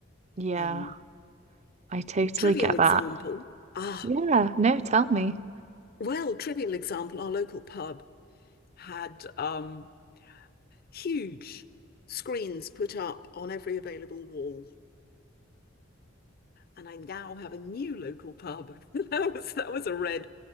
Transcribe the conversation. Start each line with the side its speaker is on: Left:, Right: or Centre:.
Right: yeah
Left: Um,
Right: I totally
Left: Trivial
Right: get
Left: example.
Right: that.
Left: ah,
Right: Yeah, no, tell me.
Left: well, Trivial example, our local pub had um, huge screens put up on every available wall, and I now have a new local pub. <laughs> That was that was a red